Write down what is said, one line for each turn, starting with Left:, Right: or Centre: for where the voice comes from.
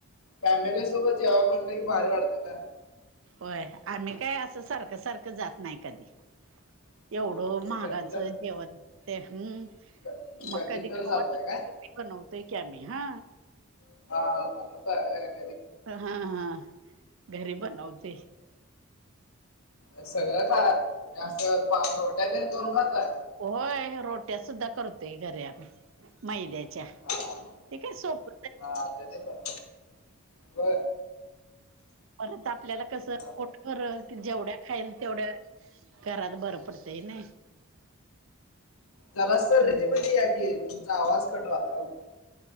Left: फॅमिली सोबत जेवायल म्हणलं की भारी वाटते ना.
Right: होय, आम्ही काय असं सारखं सारखं जात नाही कधी
Left: हा
Right: एवढं
Left: म्हणजे
Right: महागाचं
Left: कधी तर
Right: जेवण ते हम्म,
Left: क-
Right: मग कधी
Left: तर
Right: खाऊ
Left: जाताय
Right: वाटे
Left: काय
Right: बनवतोय की आम्ही ह
Left: <unintelligible>
Right: अ ह ह घरी बनवते.
Left: अ सगळं खा, जास्त पांग रोट्या तेन करून खातय.
Right: होय, रोट्या सुद्धा करतोय घरी आम्ही, मैद्याच्या.
Left: हा
Right: ते काय सोप
Left: हा त ते ब ब
Right: परत आपल्याला कसं
Left: हा
Right: पोटभर की जेवढ्या खाईल तेवढ घरात बरं पडतेय नाही.
Left: जरा सर
Right: हम्म
Left: रेंज मधी या कि, तुमचा आवाज कट व्हायला हो.